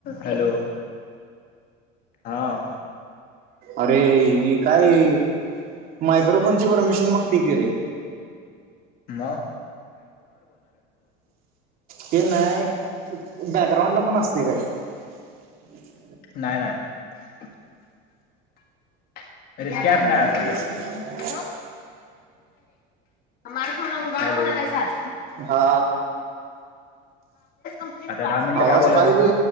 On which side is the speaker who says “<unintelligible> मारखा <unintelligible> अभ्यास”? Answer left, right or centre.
Left